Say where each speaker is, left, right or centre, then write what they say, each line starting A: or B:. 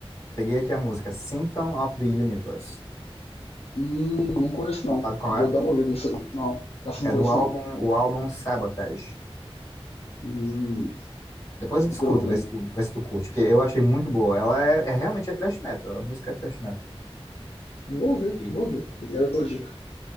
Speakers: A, on the left; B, on the left.
A: peguei aqui a música, Symptom of the Universe.
B: Hum, não conheço não.
A: Sabe qual
B: Vou
A: é?
B: dar uma ouvida nessa aí. Não, essa eu não
A: É
B: conheço
A: do álbum,
B: não.
A: o álbum Sabotage.
B: Hum,
A: Depois
B: vou
A: eu
B: procurar
A: discuto,
B: ouvir.
A: vê se tu, vê se tu curte, porque eu achei muito boa. Ela é, é realmente é thrash metal, a música é thrash metal.
B: Vou ouvir,
A: E
B: vou ouvir. Obrigado pela dica.